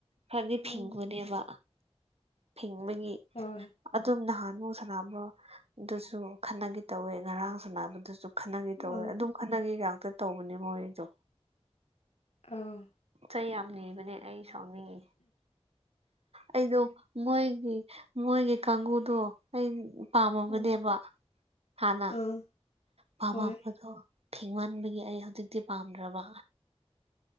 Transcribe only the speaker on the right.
ꯈꯔꯗꯤ
ꯐꯤꯡꯕꯅꯦꯕ ꯐꯤꯡꯕꯒꯤ
ꯑꯗꯨꯝ ꯅꯍꯥꯟꯕꯃꯨꯛ ꯁꯥꯟꯅꯕꯗꯨꯁꯨ ꯈꯠꯅꯒꯦ ꯇꯧꯋꯦ ꯉꯔꯥꯡ ꯁꯥꯟꯅꯕꯗꯨꯁꯨ ꯈꯠꯅꯒꯦ
ꯇꯧꯋꯦ ꯑꯗꯨꯝ ꯈꯠꯅꯒꯦ ꯉꯥꯛꯇ ꯇꯧꯕꯅꯦ ꯃꯣꯏꯖꯨ
ꯆꯩ ꯌꯥꯝ ꯅꯤꯕꯅꯦ ꯑꯩ ꯏꯁꯥꯎꯅꯤꯉꯤ ꯑꯩꯗꯣ ꯃꯣꯏꯒꯤ ꯃꯣꯏꯒꯤ ꯀꯥꯡꯕꯨꯨꯗꯣ ꯑꯩ ꯄꯥꯝꯃꯕꯅꯦꯕ
ꯍꯥꯟꯅ
ꯄꯥꯝꯃꯝꯕꯗꯣ
ꯐꯤꯡꯃꯟꯕꯒꯤ ꯑꯩ ꯍꯧꯖꯤꯛꯇꯤ ꯄꯥꯝꯗ꯭ꯔꯕ